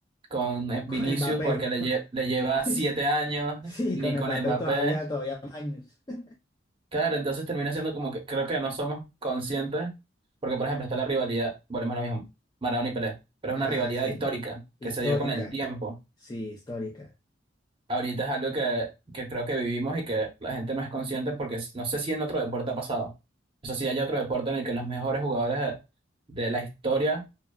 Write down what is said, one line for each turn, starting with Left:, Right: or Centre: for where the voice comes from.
Right: con
Left: <laughs>
Right: eh,
Left: Con
Right: Vinicius
Left: Mbappé.
Right: porque le, lle- le lleva
Left: <laughs>
Right: siete años,
Left: Sí,
Right: ni
Left: con
Right: con
Left: Mbappé
Right: Mbappé.
Left: todavía, todavía más años. <laughs>
Right: Claro, entonces termina siendo como que creo que no somos conscientes, porque por ejemplo está la rivalidad, volvemos a lo mismo, Maradona y Pelé, pero
Left: Ajá,
Right: es una rivalidad
Left: sí.
Right: histórica
Left: Histórica.
Right: que se dio con el tiempo.
Left: Sí, histórica.
Right: Ahorita es algo que, que creo que vivimos y que la gente no es consciente porque s- no sé si en otro deporte ha pasado. Eso sí, hay otro deporte en el que los mejores jugadores de de la historia,